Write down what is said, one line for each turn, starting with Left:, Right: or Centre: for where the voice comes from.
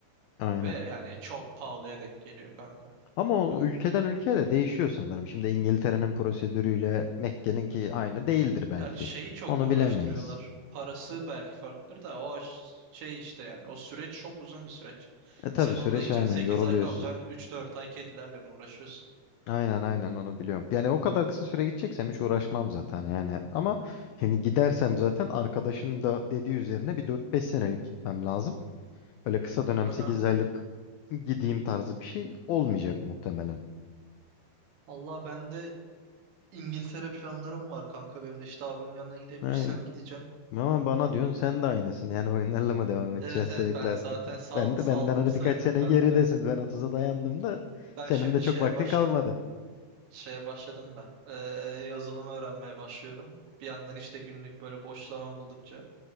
Left: aynen.
Right: Ve yani çok pahalıya denk geliyor kanka.
Left: Ama o ülkeden ülkeye de değişiyor sanırım. Şimdi İngiltere'nin prosedürüyle Mekke'ninki aynı değildir belki.
Right: Ya şeyi çok
Left: Onu
Right: uğraştırıyorlar.
Left: bilemeyiz.
Right: Parası belki farklıdır da o ş- şey işte yani o süreç çok uzun bir süreç.
Left: E tabii
Right: Sen
Left: süreç
Right: orada gideceksin
Left: aynen yoruluyorsun.
Right: 8 ay kalacaksın üç dört ay kedilerle uğraşıyorsun.
Left: Aynen aynen onu biliyorum. Yani o kadar kısa süre gideceksem hiç uğraşmam zaten yani. Ama hani gidersem zaten arkadaşın da dediği üzerine bir 4-5 senelik gitmem lazım. Öyle kısa dönem
Right: Aha.
Left: 8 aylık gideyim tarzı bir şey olmayacak muhtemelen.
Right: Allah ben de İngiltere planlarım var kanka benim de işte abimin yanına gidebilirsem
Left: Yani
Right: gideceğim.
Left: Ama bana diyorsun sen de aynısın. Yani oyunlarla mı devam edeceğiz
Right: Evet evet
Left: sürekli
Right: ben
Left: artık?
Right: zaten sal,
Left: Ben
Right: saldım
Left: de benden hani
Right: sayılır
Left: birkaç sene
Right: kanka.
Left: geridesin. Ben 30'a dayandım da
Right: Ben
Left: senin
Right: şimdi
Left: de çok
Right: şeye
Left: vaktin
Right: başladım.
Left: kalmadı.
Right: Şeye başladım ben. Ee, yazılımı öğrenmeye başlıyorum. Bir yandan işte günlük böyle boş zaman buldukça